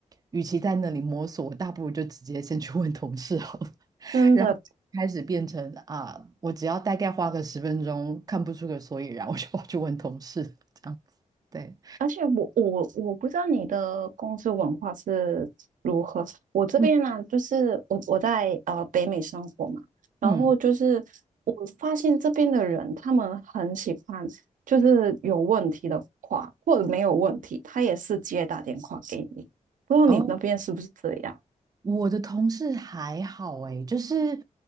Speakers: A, on the right; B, on the right.
A: 与其在那里摸索，我大不如就直接先去问同事好了。
B: 真的。
A: 然后开始变成啊，我只要大概花个十分钟看不出个所以然，我就跑去问同事这样子。对，
B: 而且我我我不知道你的公司文化是如我这边呢、
A: 嗯
B: 就是我我在呃北美生活嘛，然后就是我发现这边的人他们很喜欢，
A: 嗯，
B: 就是有问题的话或者没有问题，他也是直接打电话给你。不知道你那边是不是这样？
A: 哦，我的同事还好诶，就是